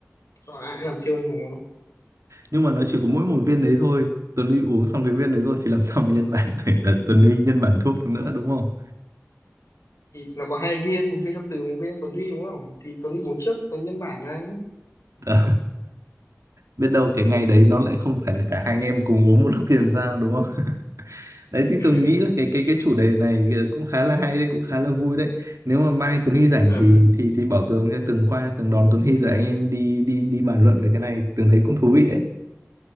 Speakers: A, on the left; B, on the right.
A: cho ai cũng làm siêu anh hùng không
B: nhưng mà nó chỉ có mỗi một viên đấy thôi Tuấn Huy uống xong cái viên đấy rồi thì làm sao mà nhân bản <laughs> này là Tuấn Huy nhân bản thuốc nữa đúng không
A: thì nó có hai viên một viên cho Tường một viên cho Tuấn Huy đúng không thì Tuấn Huy uống trước Tuấn nhân bản ra
B: Đó. biết đâu cái ngày đấy nó lại không phải là cả hai anh em cùng uống một lúc thì làm sao đúng không <laughs> đấy thì
A: <laughs>
B: tường nghĩ là cái cái cái chủ đề này ờ, cũng khá là hay đấy cũng khá là vui đấy nếu mà mai Tuấn Huy rảnh
A: Ờ,
B: thì thì thì bảo tường nha, tường qua tường đón Tuấn Huy rồi anh em đi đi đi bàn luận về cái này tường thấy cũng thú vị đấy